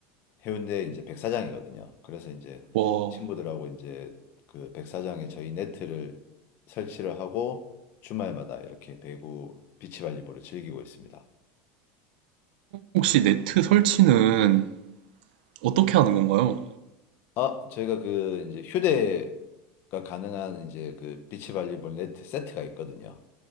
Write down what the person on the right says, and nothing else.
와,
혹시 네트 설치는 어떻게 하는 건가요?